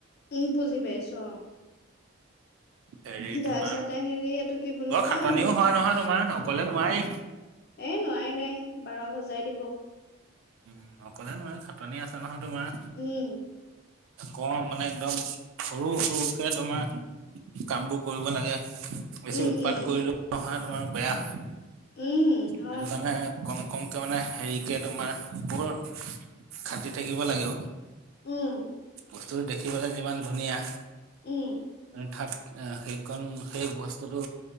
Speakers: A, on the left; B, on the right.
A: উম বুজি পাইছো অঁ।
B: হেৰি
A: তাৰপিছতে
B: তোমাৰ
A: হেৰি এইটো কি বুলি
B: বৰ খাটনিও
A: কয় উম
B: হয় নহয় তোমাৰ অকলে নোৱাৰি।
A: এ নোৱাৰি-নোৱাৰি বাৰ বজাই দিব।
B: উম অকলে নোৱায়ি খাটনি আছে নহয় তোমাৰ
A: উম
B: কওঁ মানে একদম সৰু-সৰুকে তোমাৰ কামবোৰ কৰিব লাগে। বেছি
A: উম
B: উৎপাত
A: উম
B: কৰিলো নহয় তোমাৰ বেয়া হয়।
A: উম। হয়
B: সেইটো কাৰনে
A: হয়
B: কম কমকে মানে হেৰিকে তোমাৰ বৰ খাটি থাকিব লাগে অ।
A: উম
B: বস্তুটো দেখিবলৈ যিমান ধুনীয়া
A: উম
B: হঠাৎ সেইকণ সেই বস্তুটো